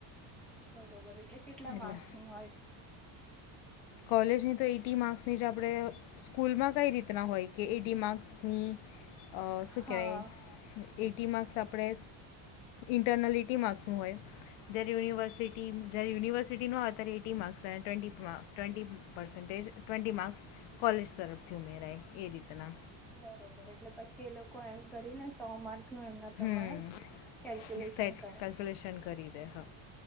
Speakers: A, in the centre; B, on the left.
A: બરોબર એટલે કેટલા
B: એટલે
A: માર્ક્સની હોય.
B: કોલેજની તો એઈટી માર્ક્સની જ આપણે સ્કૂલમાં કંઈ રીતના હોય કે એડી માર્ક્સની
A: હા
B: શું કહેવાય એટી માર્ક્સ આપણે ઇન્ટરનલ એટી માર્ક્સનું હોય દેર યુનિવર્સિટી ટીમ જ્યારે યુનિવર્સિટીનો આવે ત્યારે એટી માર્ક્સ અને twenty twenty percentage twenty marks college તરફથી ઉમેરાય એ રીતના.
A: બરોબર એટલે પછી લોકો એમ કરીને સો માર્ક નું એમના પ્રમાણે
B: હમ
A: કેલ્ક્યુલેશન
B: સેટ
A: કરે
B: કેલ્ક્યુલેશન કરી દે હા.